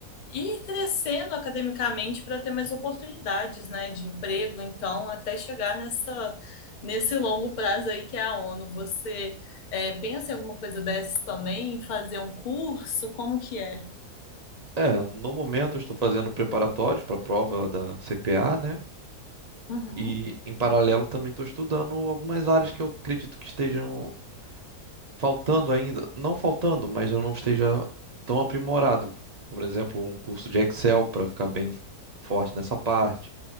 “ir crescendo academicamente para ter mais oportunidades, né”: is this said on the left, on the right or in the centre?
Left